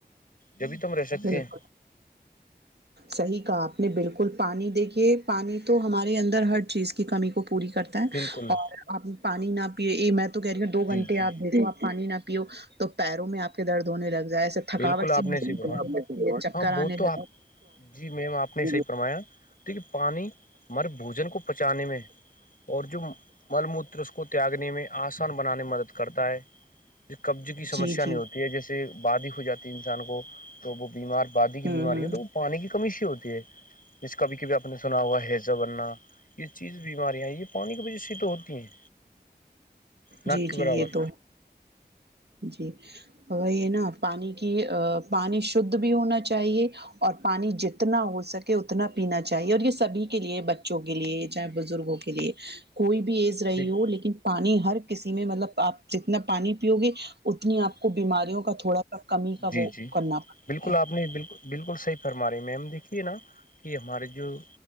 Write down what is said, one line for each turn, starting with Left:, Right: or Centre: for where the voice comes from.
Left: جبھی ت ہم رہ سکتے
Right: بالکل
Left: ہیں
Right: صحیح کہا آپ نے بالکل پانی دیکھیے پانی تو ہمارے اندر ہر چیز کی کمی کو پوری کرتا
Left: بالکل
Right: اور آپ پانی نہ پی میں تو کہہ رہی ہوں دو
Left: جی
Right: گھنٹے
Left: جی
Right: آپ د آپ پانی نہ پیو تو پیروں میں آپ کے درد ہونے لگ جائے ایسے تھکاوٹ
Left: بالکل آپ
Right: سی موسم
Left: نے صحیح فرمایا
Right: چکر
Left: ہاں وہ
Right: آنے
Left: تو
Right: ل
Left: آپ جی میم آپ نے
Right: جی
Left: صحیح
Right: جی
Left: فرمایا دیکھیے پانی ہمر بوجن کو پچانے میں اور جو مل موتر اس کو تیاگنے میں آسان بنانے میں مدد کرتا ہے قبضے کی سمسیا
Right: جی
Left: نہیں
Right: جی
Left: ہوتی ہے جیسے باد ہو جاتی انسان کو تو وہ بیمار بادی کی
Right: ہوں
Left: بیماری
Right: ہ
Left: ہے تو وہ پانی کی کمی سی ہوتی ہے جس کبھی کبھی آپ نے سنا ہوا ہیزہ بننا یہ چیز بیماریاں ہیں یہ پانی کی وجہ سے تو ہوتی ہیں ناک
Right: جی
Left: کے
Right: جی
Left: برابر
Right: یہ تو جی یہ نا پانی کی پانی شھ بھی ہونا چاہیے اور پانی جتنا ہو سکے اتنا پینا چاہیے اور یہ سبھی کے لیے بچوں کے لیے چاہے بزرگوں کے لیے کوئی بھی ایز رہی
Left: بالکل
Right: ہو لیکن پانی ہر کسی میں مطلب آپ جتنا پانی پیو گے اتنی آپ کو بیماریوں کا تھوڑا سا کمی کا
Left: جی
Right: وہ
Left: جی
Right: کرنا پڑتا
Left: بالکل
Right: ہے
Left: آپ نے بالکل بالکل صحیح فرماے میم دیکھیے نا کہ ہمارے جو